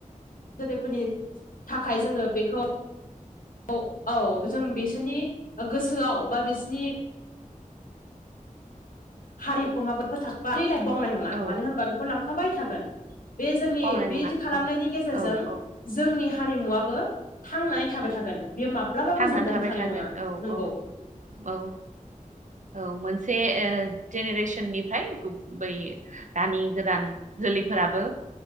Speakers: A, on the left; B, on the right.
A: जोलैफोरनि थाखाय जोङो बेखौ औ औ जों बिसोरनि ओ गोसोआव बा बिसनि हारिमुखौ माबोरै फोसाब <unintelligible> बावनाय नङा
B: औ
A: मानो होनबा बेखौ लांफाबाय थागोन। बे जोंनि
B: बावनाय
A: बेदि
B: नङा
A: खालामनायनि
B: औ
A: गेजेरजों
B: औ औ
A: जोंनि हारिमुवाबो थांनानै थाबाय थागोन बे मा ब्लाबाबो
B: थांनानै
A: जोबनानै
B: थाबाय
A: थांनाय
B: थागोन
A: नङा
B: औ
A: नंगौ।
B: औ औ।
A: <inaudible>
B: औ मोनसे ओ जेनेरेसननिफ्राय गुबै दानि गोदान जोलैफोराबो